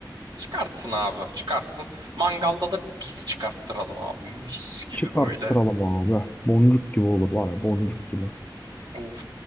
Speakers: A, on the right; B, on the left.
A: Çıkartsın abi çıkartsın. Mangalda da biz çıkarttıralım abi. Mis gibi
B: Çıkarttıralım
A: böyle.
B: abi. Boncuk gibi olur var ya boncuk gibi.
A: Of